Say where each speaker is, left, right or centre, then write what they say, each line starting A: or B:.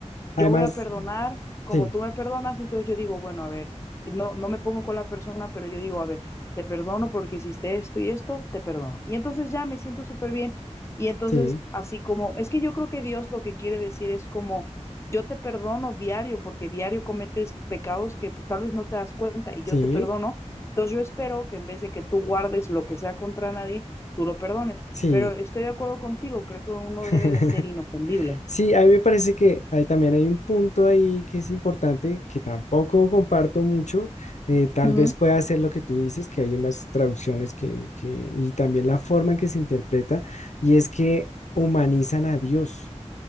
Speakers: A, on the left; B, on the left.
A: Además,
B: yo voy a perdonar como
A: sí,
B: tú me perdonas, entonces yo digo, bueno, a ver, no, no me pongo con la persona, pero yo digo, a ver, te perdono porque hiciste esto y esto, te perdono. Y entonces ya me siento súper bien. Y entonces,
A: sí,
B: así como, es que yo creo que Dios lo que quiere decir es como, yo te perdono diario porque diario cometes pecados que pues tal vez no te das cuenta y
A: sí,
B: yo te perdono. Entonces yo espero que en vez de que tú guardes lo que sea contra nadie, tú lo perdones.
A: sí.
B: Pero estoy de acuerdo contigo, creo que uno
A: <laughs>
B: debe de ser inofendible.
A: Sí, a mí me parece que hay, también hay un punto ahí que es importante, que tampoco comparto mucho. eh, tal
B: Ujú,
A: vez pueda ser lo que tú dices, que hay unas traducciones que, que, y también la forma en que se interpreta, y es que humanizan a Dios.